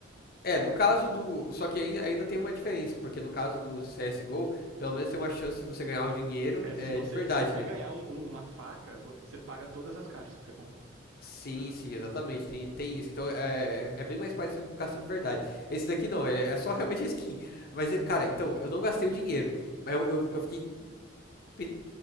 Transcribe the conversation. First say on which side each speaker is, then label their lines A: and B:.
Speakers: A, on the left; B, on the right.
A: É, no caso do. Só que aí ainda tem uma diferença, porque no caso do CSGO, pelo menos tem uma chance de você ganhar o dinheiro
B: É,
A: é,
B: se você,
A: de verdade,
B: se você
A: né?
B: ganhar um- um- uma faca, vo- você paga todas as caixas que você comprou.
A: Sim, sim, exatamente. Tem, tem isso. Então é, é bem mais parecido com o cassino de verdade. Esse daqui não, é, é só realmente a skin. Mas, é, cara, então, eu não gastei o dinheiro. Mas eu, eu, eu fiquei. pensando,